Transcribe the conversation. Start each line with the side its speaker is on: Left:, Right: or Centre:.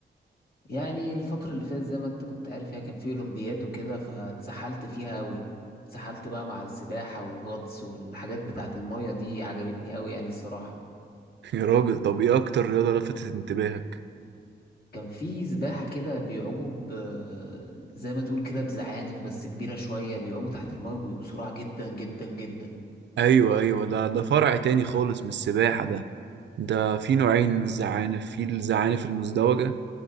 Left: يعني الفتره اللي فاتت زي ما انت كنت عارف يعني كان في اولمبيات وكده فاتسحلت فيها قوي اتسحلت بقى مع السباحه والغطس والحاجات بتاعه الميه دي عجبتني قوي يعني الصراحه
Right: <laughs> يا راجل طب ايه اكتر رياضة لفتت انتباهك
Left: كان في سباحة كده بيعوموا ب... زي ما تقول كده بزعانف بس كبيرة شوية بيعوموا تحت الماء بسرعة جدا جدا جدا
Right: ايوه ايوه ده ده فرع تاني خالص من السباحة ده ده في نوعين من الزعانف في الزعانف المزدوجة